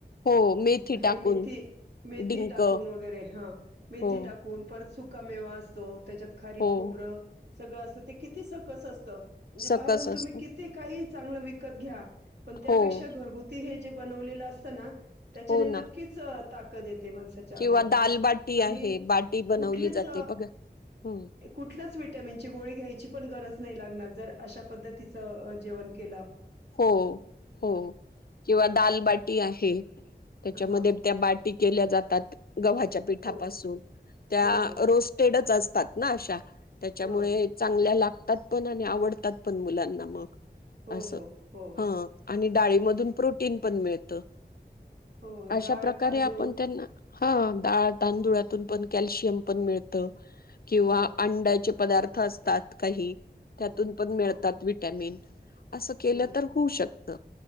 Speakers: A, on the left; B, on the right.
A: हो मेथी टाकून
B: मी मथी
A: डिंक
B: टाून वगर ह. <unintelligible>
A: हो
B: मेवा असतो त्याच्यात खारी
A: हो
B: खोबरं. सगळं असं ते किती सकस असतं. म्हणजे
A: सकस
B: बाहेरून
A: असत
B: तुम्ही किती काही चांगलं विकत घ्या पण त्यापेक्षा
A: हो
B: घरगुती हे जे बनवलेलं असतं ना त्याच्याने
A: हो
B: नक्कीच
A: ना
B: ताकतेेत माणसाच्या
A: किंवा
B: अंगात
A: दालबाटी
B: ह आणि
A: आहे बाटी बनवली
B: कुठलेच
A: जाते बघा हम्म.
B: कुठल्याच वि्हटमनची गळी घ्या त्या पण गरज नाही लागणार अशा पद्धती जेवण के
A: हो हो किंवा दालबाटी आहे त्याच्यामध्ये
B: हा
A: त्या बाट ी केल्या जातात गव्हाच्या पिठापासून
B: हो
A: त्या
B: हो हो
A: रोस्टेडच असत ात ना अशा त्याच्यामुळे
B: हा
A: चांगल्या लाग ात पण आणि आवडतात पण मुलांना मग
B: हो
A: असं
B: हो हो
A: हा आणि डाळीमधून प्रोटीन पण मिळत त
B: हो
A: अशा
B: डाळ
A: प्रकारे
B: तांदूळ
A: आपण त्यांना हा डाळ तांदूळात तून पण कॅल्शियम पण मिळत किंवा
B: हो
A: अंड्याची पदार्थ असतात काही
B: हो
A: त्यातून पण मिळतात
B: हो हो
A: विटॅमिन असं केलं
B: हो
A: शकत